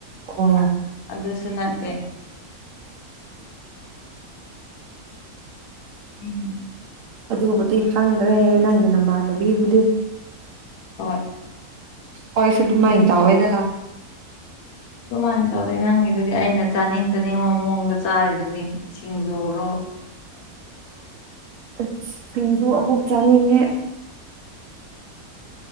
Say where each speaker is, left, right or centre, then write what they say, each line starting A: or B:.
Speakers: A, on the right; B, on the left.
A: ꯑꯣ
B: ꯑꯗꯨꯗꯁꯨꯅꯇ ꯎꯝ
A: ꯑꯗꯨꯕ ꯇ ꯈꯪꯗ꯭ꯔꯦ ꯅꯪꯒꯤ ꯅꯃꯅꯕꯤꯕꯨꯗꯤ
B: ꯍꯣꯏ
A: ꯍꯣꯏꯁꯨ ꯃꯥꯏ ꯇꯋꯦꯗ
B: ꯑꯗꯨꯃꯥꯏꯅ ꯇꯧꯗꯣꯏ ꯅꯪꯒꯤꯗꯨꯗꯤ ꯑꯩꯅ ꯆꯥꯅꯤꯡ ꯆꯥꯅꯤꯡꯕ ꯃꯑꯣꯡꯗ ꯆꯥꯔꯤꯗꯨꯗꯤ ꯏꯁꯤꯡ ꯌꯔꯣ
A: ꯑ ꯁꯤꯡꯗꯨ ꯑꯃꯨꯛ ꯆꯥꯅꯤꯡꯉꯦ